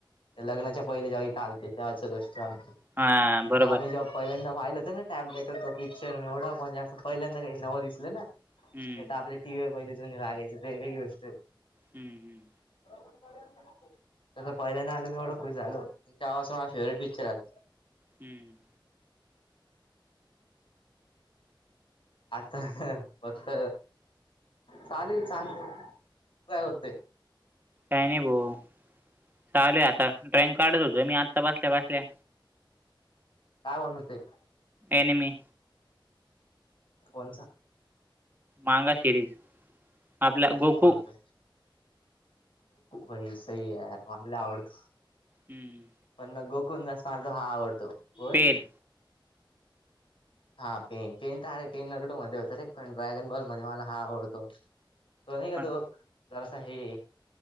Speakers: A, on the left (about 80°); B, on the right (about 20°).
A: लग्नाच्या
B: हम्म
A: पहिले जेव्हा इथे आलते तेव्हाची गोष्ट सांगतो त्यामही
B: हा बरोबर
A: जाऊ पहिल्यांदा पाहिलं होतं ना टॅबलेट तो पिक्चर एवढा पण जास्त पहिल्यांदा काही नवं दिसलं ना
B: हम्म
A: ते तर आपल्या टी व्ही वर पहिले जुने लागायच ती वेेगळी गोष्ट हो
B: हम्म हम्म
A: बरोबर तसंहिल्या ना आ मी एवढं खु झाल तेव्हा अस म माझ फेवरेट पिक्चर आता तो
B: हम्म
A: आता फक्त् चालूय चांगल तू काय करतेय
B: काही नाही भाो चालू आहे आता ड्रॉइंग काढत होतं मी आत्ता बसल्या बसल्या
A: काय बनावते
B: ऍनिमी
A: कोणचा
B: मांगा सिरीज आपला
A: अच्छ
B: गोकू
A: मग बई सई आहे यार मला लय आवडतो
B: हम्म
A: पण गोकुण जास्त मला तर हा आवडतो कोण
B: पेन
A: हा पेन पेन तर अे पेन नरडो मध्ये होतं रे पण ड्रॅगन बॉल मध्ये मला हा आवडतो तो नाही का
B: पण
A: तो जरासा हे